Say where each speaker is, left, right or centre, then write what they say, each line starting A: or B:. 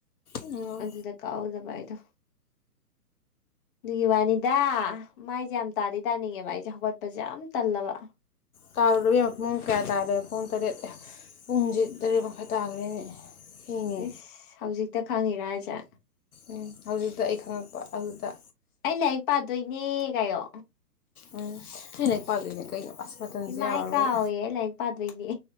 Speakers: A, on the left (about 65°); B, on the left (about 30°).
A: ꯎꯝ
B: ꯑꯗꯨꯗ ꯀꯛꯍꯧꯗꯕ ꯑꯩꯗꯣ ꯑꯗꯨꯒꯤ ꯋꯥꯅꯤꯗ ꯃꯥꯏꯁꯦ ꯌꯥꯝ ꯇꯥꯗꯤ ꯇꯥꯅꯤꯡꯉꯦꯕ ꯑꯩꯁꯦ ꯍꯧꯒꯠꯄꯁꯦ ꯌꯥꯝ ꯇꯜꯂꯕ
A: ꯇꯥꯔꯨꯔꯣ ꯏꯕꯦꯝꯃ ꯄꯨꯡ ꯀꯌꯥ ꯇꯥꯔꯦ ꯄꯨꯡ ꯇꯔꯦꯠ ꯑꯦ ꯄꯨꯡꯖꯦ ꯇꯔꯦꯠ ꯃꯈꯥꯏ ꯇꯥꯈ꯭ꯔꯦꯅꯦ ꯊꯦꯡꯉꯦ
B: ꯏꯁ ꯍꯧꯖꯤꯛꯇ ꯈꯪꯉꯤꯔ ꯍꯥꯏꯁꯦ
A: ꯎꯝ ꯍꯧꯖꯤꯛꯇ ꯑꯩ ꯈꯪꯉꯛꯄ ꯑꯗꯨꯗ
B: ꯑꯩ ꯂꯥꯏꯔꯤꯛ ꯄꯥꯗꯣꯏꯅꯦ ꯀꯥꯏꯌꯣ
A: ꯥꯎꯝ ꯑꯩ ꯂꯥꯏꯔꯤꯛ ꯄꯥꯗꯣꯏꯅꯦ ꯀꯩꯅꯣ ꯑꯁ ꯃꯇꯝꯁꯦ
B: ꯏꯃꯥ
A: ꯌꯥꯔꯔꯣꯏ
B: ꯑꯩ ꯀꯥꯎꯋꯦ ꯑꯩ ꯂꯥꯏꯔꯤꯛ ꯄꯥꯗꯣꯏꯅꯦ